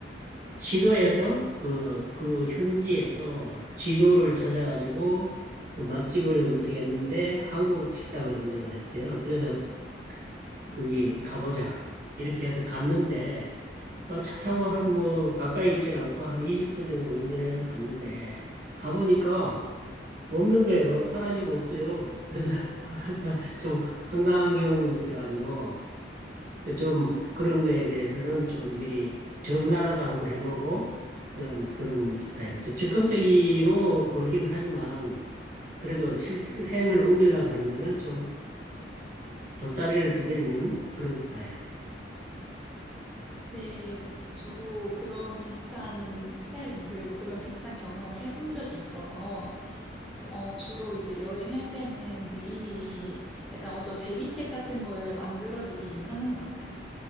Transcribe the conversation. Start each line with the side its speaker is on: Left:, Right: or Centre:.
Right: 시도에서 그, 그 현지에서 지도를 찾아가지고 그 맛집을 검색했는데 한국 식당을 검색을 했어요. 그래서 거기 가보자. 이렇게 해서 갔는데, 어, 차 타고 한 뭐, 가까이 있진 않고 한 20분 정도 운전해서 갔는데, 가보니까 없는 거예요. 사라지고 없어요. 그래서 <laughs> 좀 황당한 경험이 있어가지고, 좀 그런 거에 대해서는 좀 미리 전화라도 한번 해보고, 그런, 그런 스타일이죠. 즉흥적으로 고르긴 하지만, 그래도 실행을 옮기려 그러면은 좀 돌다리를 두드리는 그런 스타일.
Centre: 네, 저도 그런 비슷한 스타일인, 그리고 그런 비슷한 경험을 해본 적이 있어서, 어, 주로 이제 여행할 때는 미리미리 약간 어떤 대비책 같은 거를 만들어 두기는 하는 것 같아요.